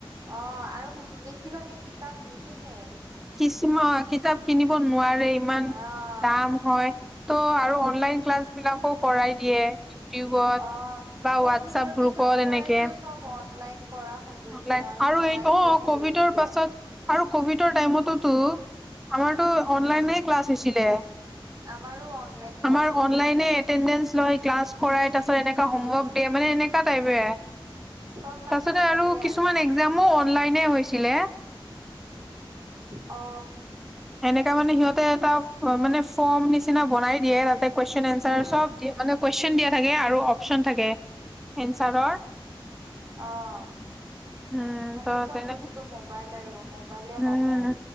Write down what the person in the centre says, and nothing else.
কিছুমান কিতাপ কিনিব নোৱাৰে ইমান
দাম হয় ত' আৰু অনলাইন ক্লাছ বিলাকো কৰাই দিয়ে ইউটিউবত
বা হোৱাটছপ
গ্ৰুপত
এনেকে
অনলাইন আৰু
এই অ
কভিডৰ
পাছত আৰু কভিডৰ টাইমত টোতো অ আমাৰটো
অনলাইনে ক্লাছ হৈছিলে
আমাৰ
অনলাইন এতেন্দেন্স লয় ক্লাছ কৰাই তাৰপাছত এনেকা হোমৱৰ্ক
দিয়ে মানে এনেকা টাইপে
তাৰপাছতে
আৰু কিছুমান একজামো অনলাইনে হৈছিলে
এনেকা মানে সিহঁতে এটা মানে ফৰ্ম নিচিনা বনাই দিয়ে তাতে কুৱেশন এনচাৰ
চব দিয়া মানে কুৱেশন দিয়া থাকে আৰু অপচন থাকে এনচাৰৰ
উম
ত
তেনে
উম